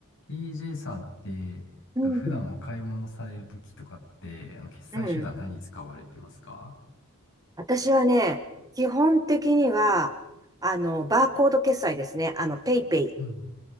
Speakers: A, on the left (about 55°); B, on the right (about 15°).
A: TJ さんって、えっと普段お買い物されるときとかって、
B: うん。
A: あの、決済手段何使われてますか
B: うん私はね、基本的には、あの、バーコード決済ですね。あの、ペイペイ。
A: うん。